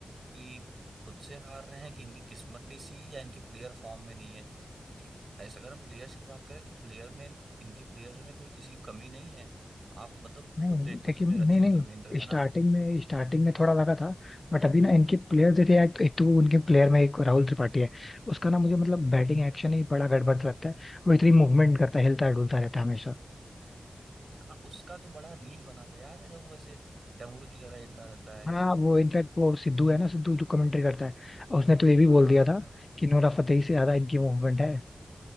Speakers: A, on the right; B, on the left.
A: कि खुद से हार रहे हैं कि इनकी किस्मत नहीं सी या इनके प्लेयर फॉर्म में नहीं है क्योंकि ऐसा अगर हम प्लेयर्स की बात करें तो प्लेयर में इनके प्लेयर्स में कोई किसी की कमी नहीं है आप मतलब
B: नहीं
A: खुद देखो इसमें
B: लेकिन
A: सचिन
B: नहीं नहीं
A: रविंद्र है
B: स्टार्टिंग
A: ना
B: में स्टार्टिंग में थोड़ा लगा था बट अभी ना इनके प्लेयर देखिए एक, एक तो उनके प्लेयर में एक राहुल त्रिपाठी है उसका ना मुझे मतलब बैटिंग एक्शन ही बड़ा गड़बड़ सा लगता है वो इतनी मूवमेंट करता है हिलता डुलता रहता है हमेशा
A: हाँ उसका तो बड़ा रील बना था याद है जब वो ऐसे डमरू की तरह हिलता रहता है
B: हाँ वो इनफैक्ट वो सिद्धू है ना सिद्धू जो कमेंट्री करता है उसने तो ये भी
A: हाँ
B: बोल
A: हाँ,
B: दिया
A: हाँ,
B: था
A: हाँ।
B: कि नोरा फतेही से ज्यादा इनकी मूवमेंट है